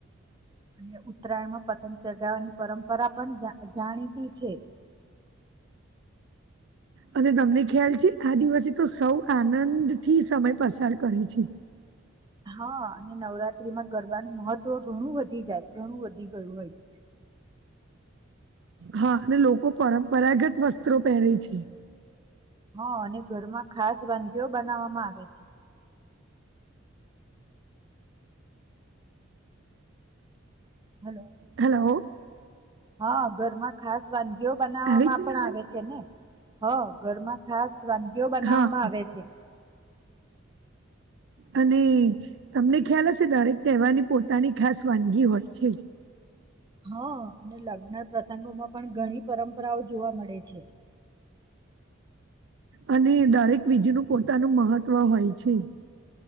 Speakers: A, on the right; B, on the right.
A: અને ઉત્તરાયણમાં પતંગ ચગાવવાની પરંપરા પણ જાણીતી છે <inaudible>
B: અને તમને ખ્યાલ છે આ દિવસે તો સૌ આનંદ થી સમય પસાર કરે છે
A: હા અને નવરાત્રીમાં ગરબાનું મહત્વ ઘણું વધી જાય ઘણું વધી ગયું હોય છે <inaudible>
B: હા અને લોકો પરંપરાગત વસ્ત્રો પહેરે છે
A: હ અને ઘરમાં ખાસ વાનગી બનાવવામાં આવે છે હલો
B: હેલો
A: હા ઘરમાં ખાસ વાનગીઓ બનાવવામાં
B: આવે છે
A: પણ
B: ને અવાજ
A: આવે છે ને હ ઘરમાં ખાસ વાનગીઓ બનાવવામાં
B: હા
A: આવે છે
B: અને તમને ખ્યાલ હશે દરેક તહેવારની પોતાની ખાસ વાનગી હોય છે.
A: હા અને લગ્ન પ્રસંગોમાં પણ ઘણી પરંપરાઓ જોવા મળે છે. <inaudible>
B: અને દરેક બીજનું પોતાનું મહત્વ હોય છે.